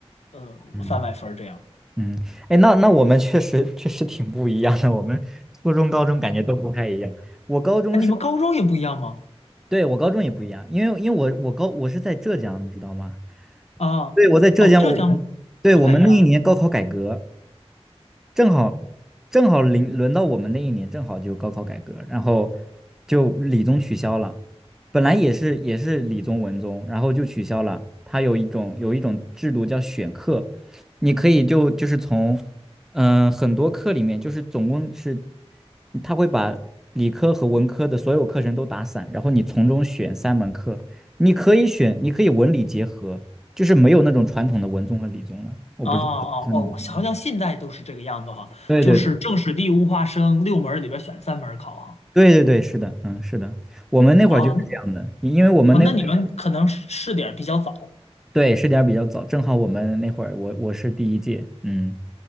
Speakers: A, on the left; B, in the centre.
A: 呃三百分儿这样。
B: 嗯嗯，哎，那那我们确实确实挺不一样的，我们初中高中感觉都不太一样。我高中是，
A: 哎，你们高中也不一样吗？
B: 对，我高中也不一样，因为因为我我高我是在浙江，你知道吗？
A: 啊，
B: 对，我在浙江，
A: 哦，浙江不太一样。
B: 我我对我们那一年高考改革。正好正好临轮到我们那一年，正好就高考改革，然后就理综取消了。本来也是也是理综文综，然后就取消了。它有一种有一种制度叫选课，你可以就就是从嗯、呃很多课里面，就是总共是他会把理科和文科的所有课程都打散，然后你从中选三门课，你可以选，你可以文理结合，就是没有那种传统的文综和理综了。我不知道，
A: 啊哦哦，
B: 嗯，
A: 好像现在都是这个样子哈，
B: 对对对
A: 就是政史地物化生六门儿里边选三门儿考哈。
B: 对对对，是的，嗯，是的，我们那会儿就是这样的，
A: 啊哦那
B: 因因为我们那会儿是
A: 你们可能是试点儿比较早。
B: 对试点比较早，正好我们那会儿我我是第一届，嗯，